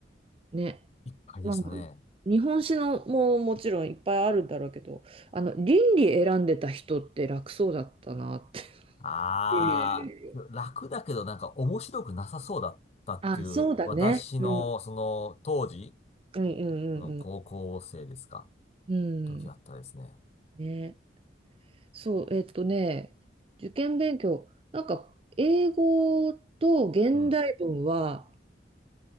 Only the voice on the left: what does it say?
いっぱいでしたね。
あー、
楽だけどなんか面白くなさそうだったっていう、
私のその当時
の高校生ですか
時あったですね。
うん。